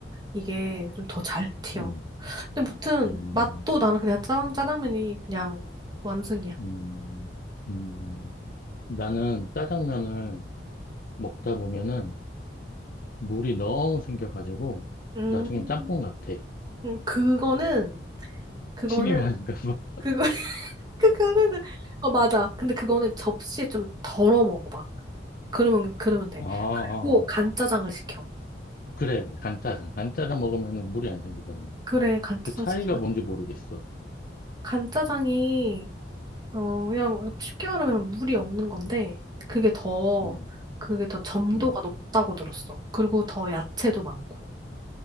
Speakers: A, on the right; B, on the left.
A: 이게 좀 더 잘 튀어.
B: 음.
A: 근데 무튼
B: 음,
A: 맛도 나는 그냥 짜, 짜장면이 그냥 완승이야.
B: 음, 음. 나는 짜장면을 먹다 보면은 물이 너무 생겨가지고
A: 음,
B: 나중엔 짬뽕 같아.
A: 음, 그거는, 그거는,
B: 침이 많은가 봐. <laughs>
A: 그거, <laughs> 그거는, 어, 맞아. 근데 그거는 접시에 좀 덜어 먹어봐. 그러면, 그러면 돼.
B: 아, 아,
A: 그리고
B: 아.
A: 간짜장을 시켜.
B: 그래, 간짜장. 간짜장 먹으면은 물이 안 생기잖아.
A: 그래, 간짜장
B: 그 차이가
A: 시키면
B: 뭔지 모르겠어.
A: 간짜장이 어
B: 음,
A: 그냥 쉽게 말하면 물이 없는 건데 그게 더
B: 음,
A: 그게 더 점도가
B: 음.
A: 높다고 들었어. 그리고 더 야채도 많고